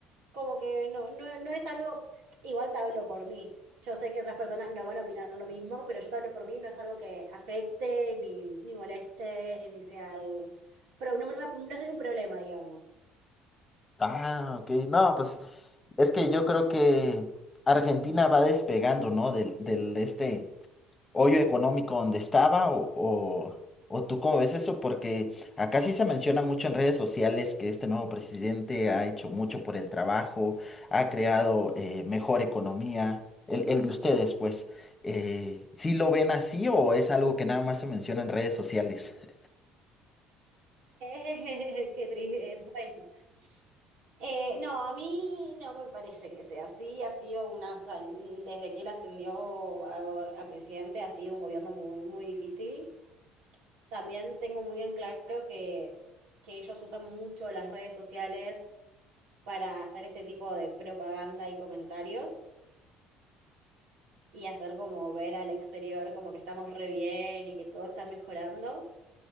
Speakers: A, on the right (about 80°); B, on the left (about 25°).
A: Como que no, no, no es algo, igual te hablo por mí. Yo sé que otras personas no van a opinar lo mismo, pero yo te hablo por mí, no es algo que afecte, ni, ni moleste, ni sea algo. Pero no, no, no sería un problema, digamos.
B: ah, ok, no, pues es que yo creo que Argentina va despegando, ¿no? Del, del este. hoyo económico donde estaba o, o, o tú cómo ves eso, porque acá sí se menciona mucho en redes sociales que este nuevo presidente ha hecho mucho por el trabajo, ha creado eh, mejor economía, el, el de ustedes, pues, eh, ¿sí lo ven así o es algo que nada más se menciona en redes sociales? <laughs>
A: <laughs> qué triste. eh, Bueno, Eh, no, a mí no me parece que sea así. Ha sido una, o sea, desde que él ascendió a, gober- a presidente, ha sido un gobierno muy, muy difícil. También tengo muy en claro que, que ellos usan mucho las redes sociales para hacer este tipo de propaganda y comentarios y hacer como ver al exterior como que estamos re bien y que todo está mejorando,